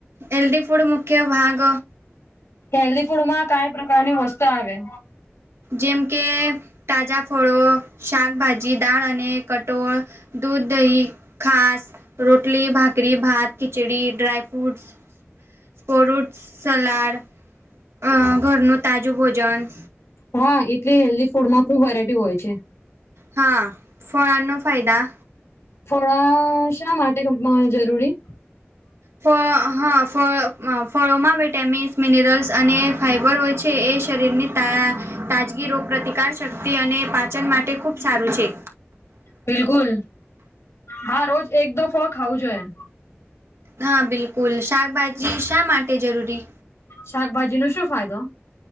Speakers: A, on the right; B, on the left.
A: હેલ્દી ફૂડ મુખ્ય ભાગ
B: હેલ્ધી ફૂડમાં કાઈ પ્રકારની વસ્તુ આવે
A: જેમ કે તાજા ફળો શાકભાજી દાળ અને કટોળ. દૂધ દહી ખાસ રોટલી ભાકરી ભાત ખિચડી ડ્રાય ફ્રૂટ્સ. ફોરુટ સલાડ અ ઘરનું તાજું ભોજન
B: હા એટલે હેલ્ધી ફૂડમાં ખુબ વેરાયટી હોય છે.
A: હા ફળાનો ફાયદા
B: થોડા શા માટે જરૂરી
A: ફળ હા ફળ ફળોમાં વિટામિન્સ મિનરલ્સ અને ફાઈબર હોય છે એ શરીરની તા તાજગી રોગપ્રતિકાર શક્તિ અને પાચન માટે ખૂબ સારું છે.
B: બિલકુલ હા રોજ એક દો ફળ ખાવું જોઈએ.
A: હા બિલકુલ શાકભાજી શા માટે જરૂરી
B: શાકભાજીનો શું ફાયદો?